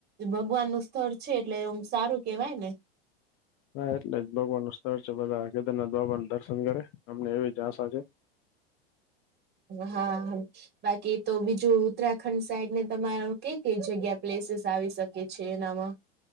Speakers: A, on the right; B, on the left.
A: ભગવાન નું સ્થળ છે એટલે એમ સારું કેવાય ને.
B: હા એટલે જ ભગવાન નું સ્થળ છે બધા કેદારનાથ બાબા ના દર્શન કરે અમને એવી જ આશા છે.
A: હા હા બાકી તો બીજું ઉત્તરાખંડ સાઈડ ને તમાર કઈ કઈ જગ્યા પ્લેસીસ આવી શકે. કે છે એ નામાં?